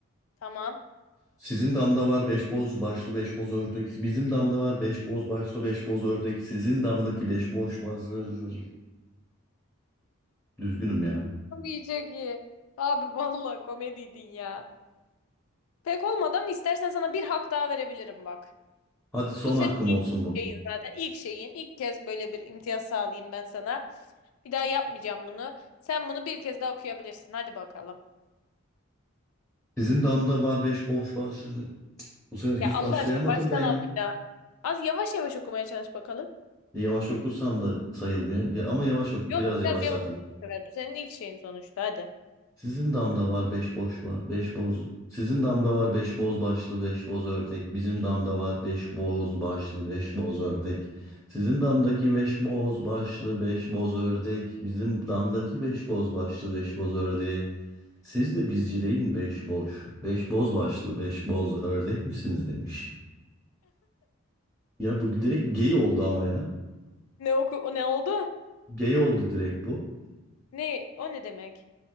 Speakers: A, on the left; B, in the centre.
A: Tamam.
B: Sizin damda var beş boz başlı beş boz ördek. Bizim damda var beş boz başlı beş boz ördek. Sizin damdaki beş boz başlı. Düzgünüm ya.
A: Çok iyi çok iyi. Abi vallahi komediydin ya. Pek olmadı ama istersen sana bir hak daha verebilirim bak.
B: Hadi son
A: Bu senin
B: hakkım
A: ilk
B: olsun bu.
A: şeyin zaten. İlk şeyin. İlk kez böyle bir imtiyaz sağlayayım ben sana. Bir daha yapmayacağım bunu. Sen bunu bir kez daha okuyabilirsin. Hadi bakalım.
B: Sizin damda var beş boş başlı. Bu sefer
A: Ya
B: hiç
A: Allah
B: başlayamadım
A: aşkına baştan
B: ben
A: al
B: ya.
A: bir daha. Az yavaş yavaş okumaya çalış bakalım.
B: Yavaş okursam da sayılmıyor. Ya, ama yavaş oku.
A: Yok
B: Biraz yavaşlatayım.
A: biraz yavaş oku bu sefer. Bu senin ilk şeyin sonuçta. Hadi.
B: Sizin damda var beş boş var. Beş boz. Sizin damda var beş boz başlı beş boz ördek. Bizim damda var beş boz başlı beş boz ördek. Sizin damdaki beş boz başlı beş boz ördek. Bizim damdaki beş boz başlı beş boz ördeği. Siz de bizcileyin beş boş. Beş boz başlı, beş boz ördek misiniz demiş. Ya bu direkt gay oldu ama ya.
A: Ne oku o ne oldu?
B: Gay oldu direkt bu.
A: Ne o ne demek?